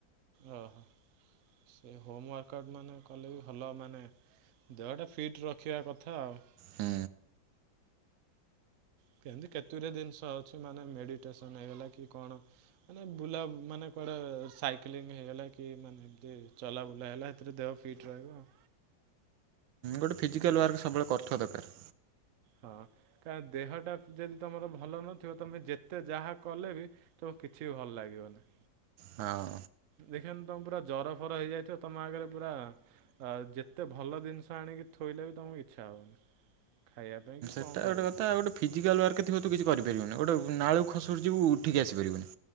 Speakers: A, on the right; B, on the right.
A: ଓହୋ ସେ ହୋମୱାର୍କ ଆଉଟ୍ ମାନେ କଲେ ବି ଭଲ ମାନେ ଦେହଟା ଫିଟ୍ ରଖିବା କଥା ଆଉ।
B: ହୁଁ।
A: ସେମିତି କେତୁରେ ଜିନିଷ ଅଛି ମାନେ ମେଡିଟେସନ ହେଇଗଲା କି କଣ ମାନେ ବୁଲା ମାନେ କୁଆଡେ ସାଇକେଲିଙ୍ଗ ହେଇଗଲା କି ମାନେ ଏତି ଚଲା ବୁଲା ହେଲା। ଏରେ ଦେହ ଫିଟ୍ ରହିବ ଆଉ।
B: ଗୋଟେ ଫିଜିକାଲ୍ ୱାର୍କ ସବୁବେଳେ କରୁଥିବା ଦରକାର।
A: ହଁ କାର ଦେହଟା ଯଦି ତମର ଭଲ ନଥିବ ତମେ ଯେତେ ଯାହା କଲେ ବି ତ କିଛି ବି ଭଲ ଲାଗିବନି।
B: ହଁ।
A: ଦେଖନ ତମ୍ ପୁରା ଜର ଫର ହେଇଯାଇଥିବ ତମ ଆଗରେ ପୁରା-ଆ-ଆ ଆଉ ଯେତେ ଭଲ ଜିନିଷ ଆଣିକି ଥୋଇଲେ ବି ତମକୁ ଇଚ୍ଛା ହବନି ଖାଇବା ପାଇଁ କି। କଣ
B: ସେଇଟା ଗୋଟେ
A: କରିବା
B: କଥା
A: ପାଇଁ।
B: ଗୋଟେ ଫିଜିକାଲ୍ ୱାର୍କ ଥିବ ତୁ କିଛି କରିପାରିବୁନୁ ଗୋଟେ ନାଳୁ ଖସୁଡ ଯିବୁ ଉଠିକି ଆସିପାରିବୁନୁ।